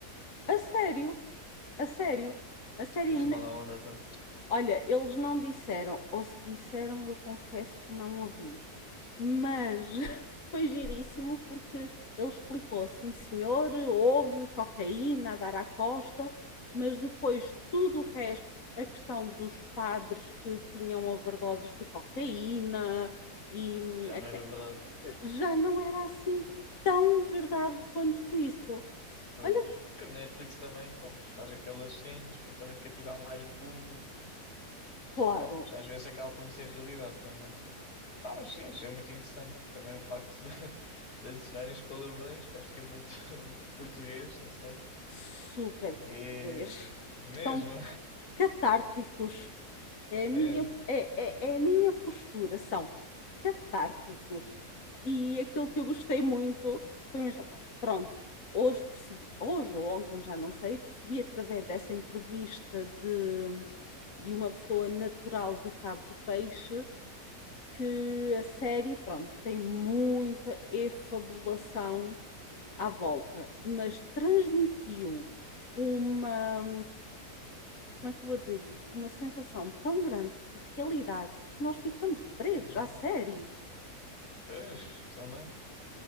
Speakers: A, on the left; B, on the left.
A: A sério, a sério, a série.
B: Foi filmada
A: ne-
B: a onda, então.
A: Olha, eles não disseram, ou se disseram, eu confesso que não ouvi. Mas <laughs> foi giríssimo porque ele explicou: sim, senhor, houve cocaína a dar à costa, mas depois tudo o resto, a questão dos padres que tinham overdoses de cocaína e hum,
B: Já
A: aque-
B: não era verdade.
A: já não era assim tão verdade quanto isso.
B: Pois,
A: Olha,
B: porque a Netflix também, pronto, faz aquelas cenas para também cativar mais o público
A: claro,
B: e pronto, já às vezes acaba por não ser realidade também. Ah, mas sim, achei muito interessante também o facto de, <laughs> de adicionarem os palavrões, que acho que é muito <laughs> português, não sei.
A: super português.
B: E
A: São
B: mesmo,
A: catárticos. É
B: <laughs> mesmo.
A: a minha, é, é, é a minha postura, são catárticos. E aquilo que eu gostei muito foi mesmo, pronto, hoje percebi, hoje ou ontem, já não sei, percebi através dessa entrevista de, de uma pessoa natural de rabo de peixe que a série, pronto, tem muita efabulação à volta, mas transmitiu uma como é que eu vou dizer isto? Uma sensação tão grande de realidade que nós ficamos presos
B: Uhum.
A: à série.
B: Pois, também,